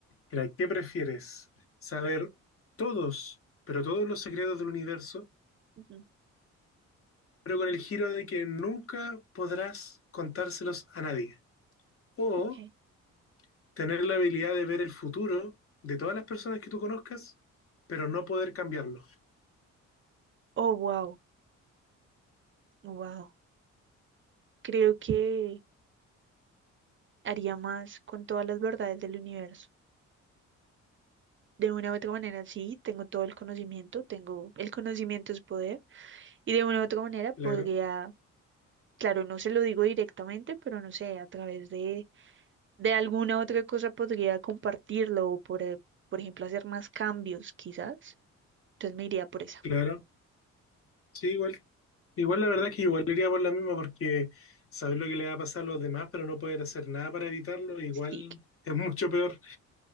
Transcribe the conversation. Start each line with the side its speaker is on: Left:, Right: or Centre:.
Left: Mira, ¿qué prefieres? ¿Saber todos, pero todos los secretos del universo,
Right: Ujú,
Left: pero con el giro de que nunca podrás contárselos a nadie? O
Right: Ok.
Left: tener la habilidad de ver el futuro de todas las personas que tú conozcas, pero no poder cambiarlo.
Right: Oh, wow, wow. Creo que haría más con todas las verdades del universo. De una u otra manera, sí, tengo todo el conocimiento, tengo el conocimiento es poder, y de una u otra manera
Left: Claro,
Right: podría, claro, no se lo digo directamente, pero no sé, a través de, de alguna otra cosa podría compartirlo o por, e- por ejemplo hacer más cambios, quizás. Entonces me iría por esa.
Left: claro. Sí, igual. Igual la verdad es que igual iría por la misma porque saber lo que le va a pasar a los demás, pero no poder hacer nada para evitarlo, igual
Right: Sí.
Left: es mucho peor.